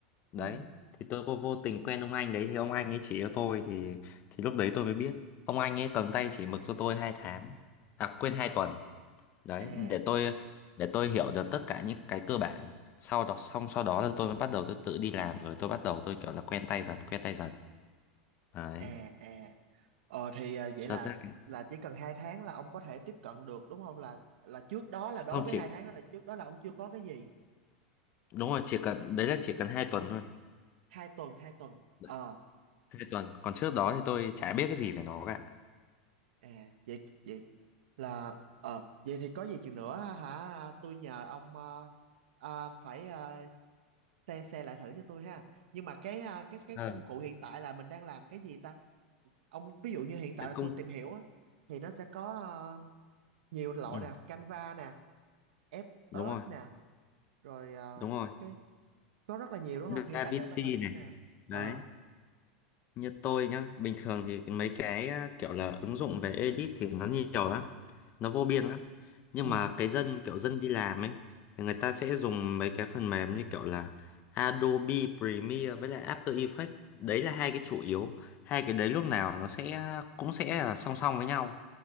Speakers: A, on the left; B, on the right.
A: đấy
B: Ừ.
A: thì tôi có vô tình quen ông anh đấy thì ông anh ấy chỉ cho tôi thì thì lúc đấy tôi mới biết ông anh ấy cầm tay chỉ mực cho tôi hai tháng à quên hai tuần đấy
B: à
A: để tôi để tôi hiểu được tất cả những cái cơ bản sau đó xong sau đó là tôi mới bắt đầu tôi tự đi làm rồi tôi bắt đầu tôi kiểu là quen tay dần quen tay dần đấy
B: à à ờ thì à, vậy
A: thật
B: là
A: ra thì
B: là chỉ cần hai tháng là ông có thể tiếp cận được đúng không là là trước đó là đối
A: không
B: với
A: chỉ
B: hai tháng đó là trước đó là ông chưa có cái gì
A: đúng rồi chỉ cần đấy là chỉ cần hai tuần thôi
B: hai tuần hai tuần
A: Đấy,
B: ờ
A: hai tuần còn trước đó thì tôi chả biết cái gì về nó cả
B: à vậy vậy là ờ vậy thì có gì chừng nữa hả tôi nhờ ông ờ, ờ, phải ờ, xe xe lại thử cho tôi ha nhưng mà cái ờ, cái cái
A: Ờ,
B: công cụ hiện tại là mình đang làm cái gì ta ông ví dụ như hiện tại
A: cái
B: là
A: công
B: tôi tìm hiểu á thì nó sẽ có ờ, nhiều loại
A: ừ,
B: nè Canva nè FS
A: đúng rồi
B: nè rồi ờ,
A: đúng rồi
B: cái có rất là nhiều đúng
A: Da
B: không hiện tại
A: Vinci
B: thì ông đang làm
A: này
B: thế nào
A: đấy
B: ờ
A: như tôi nhá bình thường thì mấy cái à, kiểu là ứng dụng về edit thì nó nhiều lắm nó vô biên lắm nhưng
B: ừ
A: mà cái dân kiểu dân đi làm ấy thì người ta sẽ dùng mấy cái phần mềm như kiểu là Adobe Premiere với lại After Effects đấy là hai cái chủ yếu hai cái đấy lúc nào nó sẽ cũng sẽ là song song với nhau